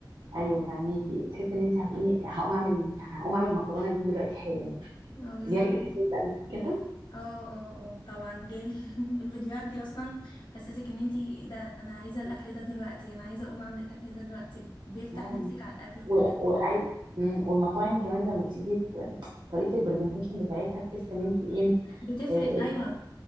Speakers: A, on the right (about 70°); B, on the left (about 70°).
A: ايوه فهماكي تحس ان انت هتقومي هقوم اعمل هقوم اعمل المكرونه دي دلوقتي حالا
B: اه بالظبط
A: جالك الاحساس ده قبل كده
B: اه اه اه طبعا جالي <laughs> الفيديوهات دي اصلا حسسك ان انتي ده انا عايزه الاكل ده دلوقتي انا عايزه اقوم اعمل الاكل ده دلوقتي بيفتح
A: آه.
B: نفسك على الاكل والحاجات
A: و-
B: دي
A: وعايز مم، والمطاعم كمان لما بتيجي ت- طريقه البرزنتيشن بتاعتها تحس ان انت ايه
B: بتفرق
A: آه،
B: ايوه